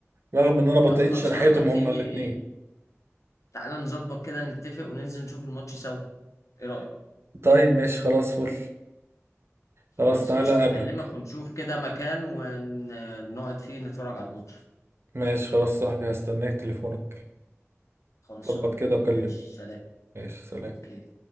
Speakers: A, on the right; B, on the left.
A: رغم ان انا بطئت
B: طب خلصانة
A: شرحتهم
B: ما تيجي
A: هما الاثنين
B: تعالى نظبط كده نتفق وننزل نشوف الماتش سوا ايه رأيك
A: طيب ماشي خلاص فل خلاص
B: خلاص
A: تعالى
B: قشطة
A: اقابلك
B: هكلمك ونشوف كده مكان ونقعد فيه نتفرج على الماتش
A: ماشي خلاص صاحبي هستناك تليفونك
B: خلصانة
A: ظبط كده وكلمني
B: ماشي سلام
A: ماشي سلام
B: اوكي